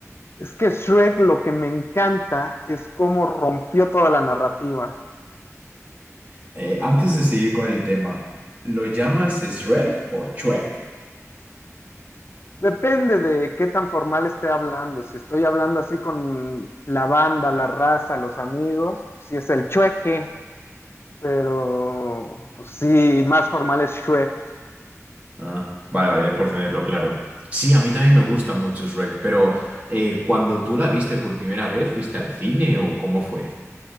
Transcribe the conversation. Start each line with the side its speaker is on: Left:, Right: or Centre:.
Left: Es que Shrek lo que me encanta es cómo rompió toda la narrativa.
Right: Eh, antes de seguir con el tema, ¿lo llamas Shrek o Shrek?
Left: Depende de qué tan formal esté hablando. Si estoy hablando así con la banda, la raza, los amigos, si es el chueque, pero pues sí, más formal es Shrek.
Right: Ah, vale, vale, por tenerlo claro. Sí, a mí también me gusta mucho Shrek, pero eh, cuando tú la viste por primera vez, ¿fuiste al cine o cómo fue?